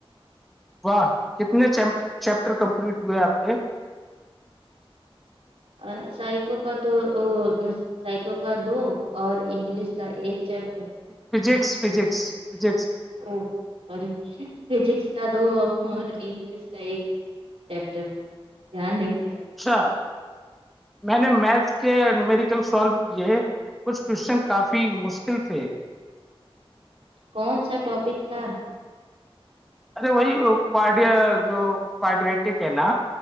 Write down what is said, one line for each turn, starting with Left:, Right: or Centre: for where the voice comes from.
Centre: واہ کتنےچم چیپٹر کمپلیٹ ہوئے آپ کے
Right: ا سائیکو کا تو اور مست سائیکو کا دو اور انگلش کا ایک chapter
Centre: physics physics physics
Right: oh sorry physics کا دو اور انگلش کا ایک چیپٹر دھیان نہیں پائے
Centre: اچھا میں نے میکس کے میریکل سولف کیے ہے کچھ کوشچن کافی مشکل تھے
Right: کون سا ٹاپک تھا
Centre: ارے وہی پارٹیر جو پرڈیٹک ہے نہ